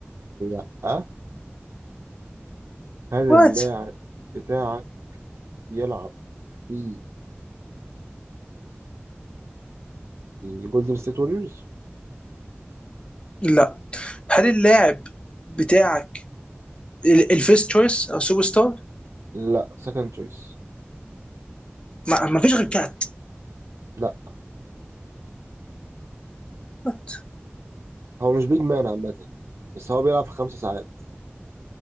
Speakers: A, on the right (about 85°); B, on the left (about 25°).
A: لا هل
B: وات؟
A: اللاعب بتاعك يلعب في الجولدن ستيت ووريرز؟
B: لا هل اللاعب بتاعك ال- الفيست تشويس او سوبر ستار؟
A: لا سكند تشويس
B: ما, ما فيش غير كات
A: لا
B: وات؟
A: هو مش بيج مان عامة بس هو بيلعب في خمس ساعات